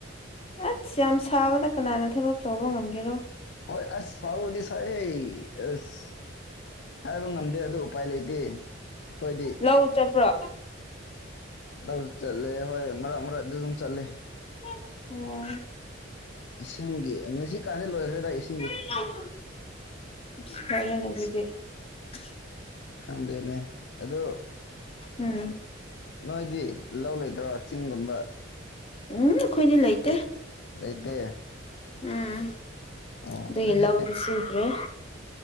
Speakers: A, on the left; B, on the left.
A: ꯑꯁ ꯌꯥꯝ ꯁꯥꯕꯗꯥ ꯀꯅꯥꯅ ꯊꯕꯛ ꯇꯧꯕ ꯉꯝꯒꯦꯔꯣ
B: ꯍꯣꯏ ꯑꯁ ꯁꯥꯎꯕꯗꯤ ꯁꯥꯏꯌ‌ꯦ ꯑꯁ ꯍꯥꯏꯕ ꯉꯝꯗꯦ ꯑꯗꯨ ꯎꯄꯥꯏ ꯂꯩꯇꯦ ꯑꯩꯈꯣꯏꯗꯤ
A: ꯂꯧ ꯆꯠꯄ꯭ꯔꯣ
B: ꯂꯧ ꯆꯠꯂꯦ ꯍꯣꯏ ꯃꯔꯛ ꯃꯔꯥꯗ ꯑꯗꯨꯝ ꯆꯠꯂꯦ
A: ꯑ‌ꯣ
B: ꯏꯁꯤꯡꯒꯤ ꯉꯁꯤ ꯀꯥꯟꯗ ꯂꯣꯏꯈ꯭ꯔꯦꯗ ꯏꯁ
A: <unintelligible>
B: ꯈꯪꯗꯦꯅꯦ ꯑꯗꯣ
A: ꯎꯝ
B: ꯅꯣꯏꯗꯤ ꯂꯧ ꯂꯩꯇ꯭ꯔꯣ ꯆꯤꯡꯒꯨꯝꯕ
A: ꯎꯝ ꯈꯣꯏꯗꯤ ꯂꯩꯇꯦ
B: ꯂꯩꯇꯦ
A: ꯎꯝ
B: ꯑꯣ
A: ꯑꯗꯨꯒꯤ
B: ꯑꯗꯨꯗꯤ
A: ꯂꯧꯗꯨ ꯁꯨꯗꯔ‌‌ꯦ